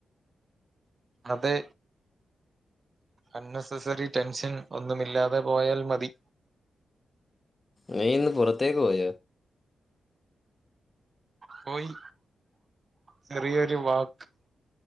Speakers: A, on the right (about 45°); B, on the left (about 30°).
A: അതെ അന്നെസസറി ടെൻഷൻ ഒന്നുമില്ലാതെ പോയാൽ മതി
B: നീ ഇന്ന് പുറത്തേക്ക് പോയോ
A: പോയി ചെറിയൊരു വാക്ക്